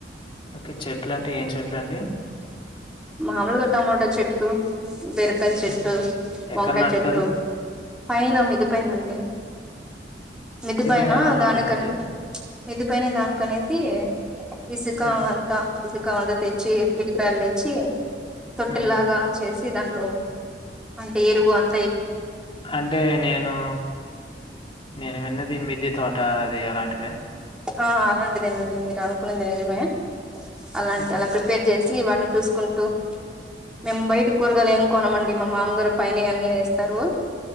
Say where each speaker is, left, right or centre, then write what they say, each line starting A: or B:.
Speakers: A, on the left; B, in the centre.
A: ఇంతకీ చెట్లు అంటే ఏం చెట్లండి
B: మాములుగా టమోట చెట్టు బీరకాయ చెట్టు
A: హ్మ్. ఎక్కడ
B: వంకాయ
A: నాటుతారు?
B: చెట్లు పైన మీద్దే పైన అండి. మిద్దె పైనా
A: పైన ఎలా నాటారండి?
B: దాని కాని మీద్ద పైన దానికనేసి ఇసుక
A: హ్మ్.
B: అవంతా ఇసు ఉక్కంత తెచ్చి ఇటుక రాళ్ళు తెేచ్చి తొటెల్లగా
A: హ్మ్.
B: చేసి దాంట్లో అంటే ఎరువు అం
A: అంటే నేను నేను విన్నది దీని మీద్దే తోట అది అలాంటివే
B: ఆ అలాంటిదే అండి మీరు అనుకున్నంది నిజమే అలాంట
A: హ్మ్,
B: అలా ప్రిపేర్ చేస్ కి వాటిని చూసుకుంటూ మెమ్ బయటి
A: హ్మ్.
B: కూరగాయల్ ఎం కొనమండి మా మామ్మ గారు పైన అన్నీ వేస్తారు